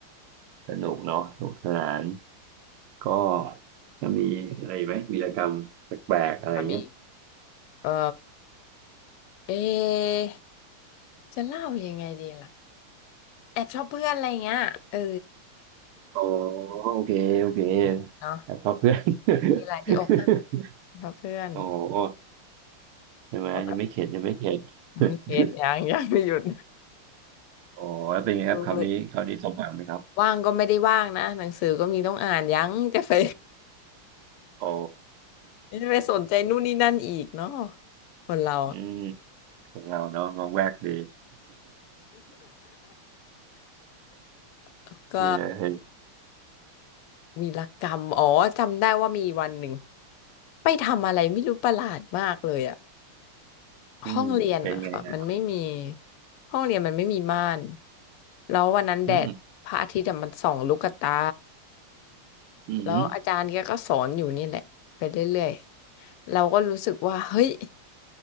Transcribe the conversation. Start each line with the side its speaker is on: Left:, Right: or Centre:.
Right: สนุกเนาะสนุกสนานก็ยังมีอะไรอีกไหมวีรกรรมแปลกๆอะไรเงี้ย
Left: ค่ะมีเอ่อเอะจะเล่ายังไงดีล่ะแอบชอบเพื่อนอะไรเงี้ยเออ
Right: อ๋อโอเคโอเค
Left: เนาะ
Right: แต่เพราะเพื่อน
Left: มีอะไรที่อกหัก
Right: <laughs>
Left: เพราะเพื่อน
Right: โอ้โหใช่ไหมยังไม่เข็ดยังไม่เข็ด
Left: แล้วแบบยังไม่เคสยังยังไม่หยุด
Right: <laughs> อ๋อแล้วเป็นไงครับคราวนี้คราวนี้สมหวังไหมครับ
Left: คือว่างก็ไม่ได้ว่างนะหนังสือก็มีต้องอ่านยังจะไป
Right: อ๋อ
Left: จะไปสนใจนู่นนี่นั่นอีกเนาะคนเรา
Right: <laughs> อืมของเราเนาะงอกแวกดี
Left: <laughs>
Right: <laughs>
Left: ก็
Right: ดีเลย
Left: วีรกรรมอ๋อจำได้ว่ามีวันหนึ่งไปทำอะไรไม่รู้ประหลาดมากเลยอะ
Right: อืมเป็นไงฮะ
Left: ห้องเรียนอะค่ะมันไม่มีห้องเรียนมันไม่มีม่านแล้ววันนั้นแดดพระอาทิตย์อะมันส่องลูกตา
Right: อืมอืม
Left: แล้วอาจารย์แกก็สอนอยู่นี่แหละไปเรื่อยๆเราก็รู้สึกว่าเฮ้ย